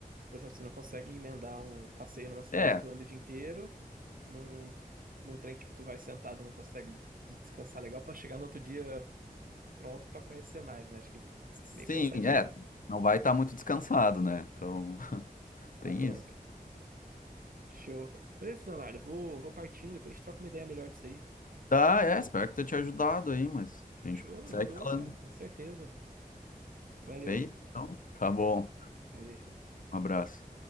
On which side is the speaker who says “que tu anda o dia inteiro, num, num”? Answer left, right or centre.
Right